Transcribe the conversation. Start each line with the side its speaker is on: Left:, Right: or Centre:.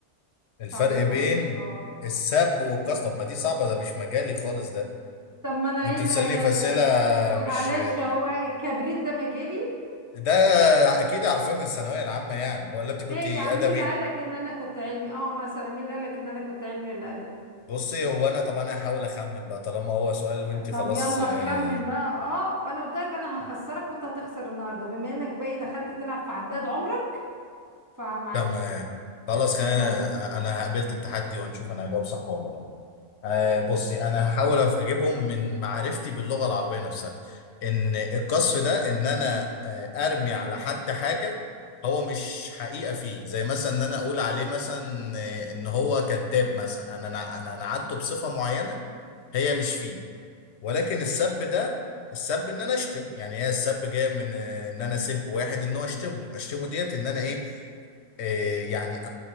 Left: الفرق
Right: طن
Left: بين
Right: طن طن.
Left: السب والكاستم ما دي صعبة ده مش مجالي خالص ده
Right: طب ما انا
Left: انت
Right: ايه اللي
Left: بتسألني
Right: هي
Left: في
Right: اللي
Left: أسئلة
Right: معلش
Left: مش
Right: هو الكبريت ده مجالي
Left: ده اكيد عارفاه من الثانوية العامة يعني ولا انت كنت
Right: ليه يا
Left: ادبي
Right: عم مين اللي قالك ان انا كنت علمي اه مثلا مين اللي قالك ان انا كنت علمي ولا ادبي
Left: بصي هو انا طب انا هحاول اخمن بقى طالما هو سؤال وانت خلاص
Right: طب يلا
Left: آه،
Right: خمن بقى اه وانا قلت لك انا هخسرك وانت هتخسر النهارده بما انك بقى ايه دخلت تلعب في عداد عمرك فمعلش
Left: تمام
Right: بقى
Left: خلاص خلينا
Right: يلا بينا
Left: انا قبلت التحدي ونشوف انا هجاوب صح ولا غلط آه بصي انا هحاول أف- اجيبهم من معرفتي باللغه العربيه نفسها ان القصف ده ان انا آه ارمي على حد حاجه هو مش حقيقه فيه زي مثلا ان انا اقول عليه مثلا آه، ان هو كذاب مثلا انا انا انا أنا نعته بصفه معينه هي مش فيه ولكن السب ده السب ان انا اشتم يعني هي السب جايه من آه، ان انا اسب واحد ان هو اشتمه اشتمه ديت ان انا ايه إيه يعني أ- أ-